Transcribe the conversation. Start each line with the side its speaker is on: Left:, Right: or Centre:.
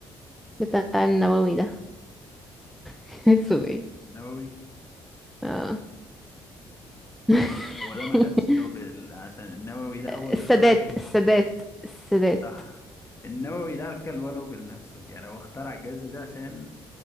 Centre: بتاع النووي ده <laughs> كان اسمه ايه
Left: نووي
Centre: اه <laughs>
Left: هو ده ما خدش نوبل عشان النووي ده هو
Centre: السادات
Left: اللي اخترع جائزة
Centre: السادات
Left: نوبل
Centre: السادات
Left: صح النووي ده على فكرة اللي هو نوبل نفسه يعني هو اخترع الجائزة دي عشان